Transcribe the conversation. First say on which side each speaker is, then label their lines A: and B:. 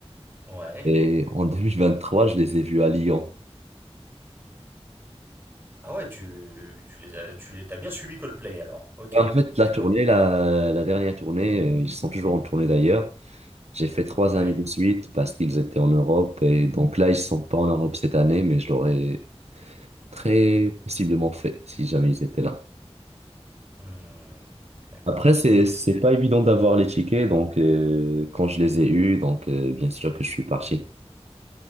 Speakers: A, on the right (about 20°); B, on the right (about 80°).
A: ouais
B: Et en 2023 je les ai vus à Lyon.
A: ah ouais tu tu les as tu les t'as bien suivi Coldplay alors ok
B: En fait, la
A: d'accord
B: tournée, la, la dernière tournée, euh, ils sont toujours en tournée d'ailleurs. J'ai fait trois
A: ouais
B: années de suite parce qu'ils étaient en Europe. Et donc là, ils sont pas en Europe cette année, mais je leur ai Très possiblement fait, si jamais ils étaient là.
A: Hmm, d'accord
B: Après, c'est, c'est pas évident d'avoir les tickets, donc euh, quand je les ai eus, donc euh, bien sûr que je suis parti.